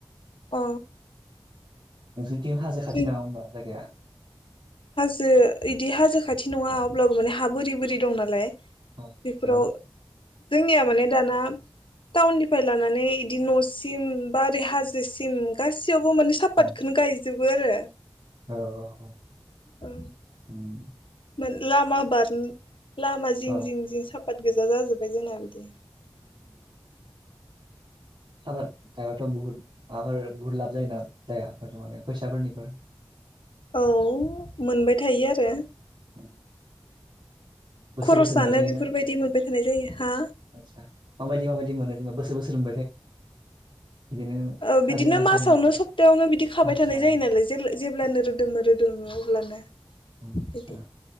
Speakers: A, on the left (about 80°); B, on the right (about 60°).
A: अ
B: <inaudible> नोंसोरथि हाजो खाथि
A: जों
B: नामा होमबा जायगाया?
A: हाजो बिदि हाजो खाथि नङा अब्लाबो माने हा बोरै
B: औ
A: बोरि दं नालाय
B: औ आदसा
A: बेफोराव जोंनिया माने दाना टाउननिफ्राय लानानै बिदि न'सिम बा ओरै हाजोसिम गास सियावबो माने सापातखौनो
B: उम
A: गायो। जोबो आरो
B: औ औ औ
A: ओ
B: उम
A: मोन लामा बार लामा जिं
B: औ
A: जिं जिं साफाद गोजा जाजोब्बाय जोंना बिदि
B: <inaudible> सालाद गायबाथ' बहुत माबार बुहुत लाब जायो ना जायाफोर माने फैसाफोरनिफोर
A: औ मोनबाय थायो आरो
B: <inaudible> बोसोर
A: खरसानो
B: बोसोर मोनबाय थायोना
A: बेफोरबायदि मोनबाय थानाय जायो हा
B: आदसा माबायदि माबायदि मोनो जेनेबा बोसोर बोसोर <unintelligible>
A: ओ
B: खाजेननाय
A: बिदिनो मासावनो
B: खाजेननाय
A: सप्तायावनो बिदि खाबाय
B: आदसा
A: थानाय जायो नालाय जेला जेब्लानो
B: औ
A: रोदोमो रोदोमो लोङो अब्लानो
B: औ आदसा
A: बिदि